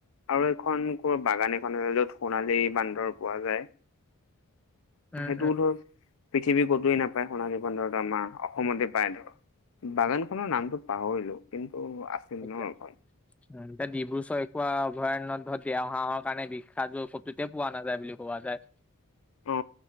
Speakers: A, on the left; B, in the centre.
A: আৰু এখন কৰ বাগান এখন য'ত সোণালী বান্দৰ পোৱা যায়।
B: উম
A: সেইটো ধৰ পৃথিৱী কতোৱে নাপায় সোণালী বান্দৰটো আমাৰ অসমতে পায় ধৰ বাগান খনৰ নামটো পাহৰিলো কিন্তু আছিল
B: এতিয়া
A: ন এখন
B: উ এতিয়া ডিব্ৰুচৈখোৱা অভয়াৰণ্যত ধৰ দেও হাঁহৰ কাৰণে বিখ্যাত কতুতে পোৱা নাযায় বুলি কোৱা যায়।
A: অ